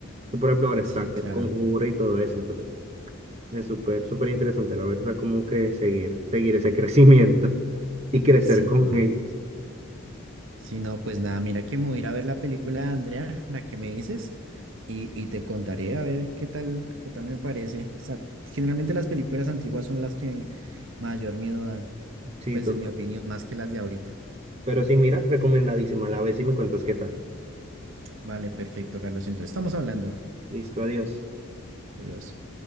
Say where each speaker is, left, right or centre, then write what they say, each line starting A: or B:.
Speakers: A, on the right (about 30°); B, on the right (about 65°).
A: Y, Por ejemplo, ahora está
B: Sí,
A: el
B: claro.
A: conjuro y todo eso. Entonces, es súper, súper interesante, la verdad, como que seguir, seguir ese <laughs> crecimiento y crecer
B: Sí,
A: con
B: correcto.
A: ellos.
B: Sí, no, pues nada, mira que me voy a ir a ver la película de Andrea, la que me dices, y, y te contaré a ver qué tal, qué tal me parece. O sea, generalmente las películas antiguas son las que mayor miedo dan,
A: Sí,
B: pues
A: total.
B: en mi opinión, más que las de ahorita.
A: Pero sí, mira, recomendadísima. La ves y me cuentas qué tal.
B: Vale, perfecto, Carlos. Entonces estamos hablando.
A: Listo, adiós.
B: Adiós.